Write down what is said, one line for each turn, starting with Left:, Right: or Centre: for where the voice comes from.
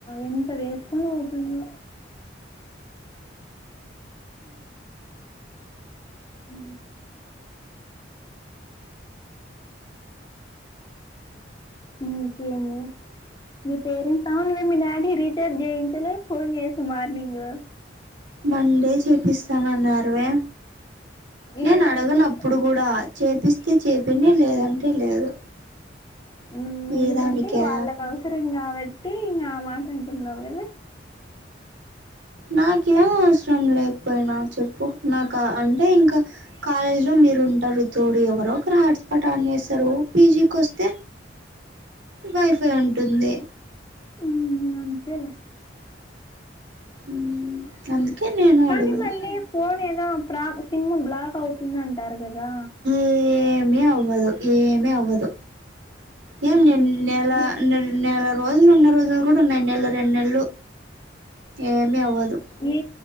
Left: ఎంత వేసుకొని పోతుందో ఉ ఇంకేమి మీ పేరెంట్స్ అవునువే మీ డాడీ రీచార్జ్ చేయించలే ఫోన్ చేసి మార్నింగు.
Right: మండే చేపిస్తాను అన్నారువే నేను
Left: ఏ
Right: అడగను
Left: దానికోసం
Right: అప్పుడు కూడా. చేపిస్తే చేపిని లేదంటే లేదు
Left: ఉమ్ ఎందుకంటే
Right: ఏ దానికే
Left: వాళ్ళకు అవసరం కాబట్టి ఇంకా ఆ మాట అంటున్నావు కదా. అ
Right: నాకేం అవసరం లేకపోయినా చెప్పు నాకు అ అంటే ఇంకా కాలేజ్లో మీరు ఉంటారు తోడు ఎవరో ఒకరు హాట్స్పాట్ ఆన్ చేస్తారు పీజీకి వస్తే
Left: అ
Right: వైఫై ఉంటుంది
Left: హుమ్ అంతేలే
Right: హుమ్ అందుకే నేను
Left: కానీ
Right: అడగను
Left: మళ్ళీ ఫోన్ ఏదో ప్రా సిమ్ బ్లాక్ అవుతుంది అంటారు కదా
Right: ఏమి అవ్వదు ఏమి అవ్వదు ఏం
Left: మ్మ్.
Right: నేన్ నెల
Left: ఏ
Right: నెల రోజులు ఉన్న రోజులు కూడా ఉన్నాయి నెల రెండు నెల్లు ఏమి అవ్వదు
Left: ఏ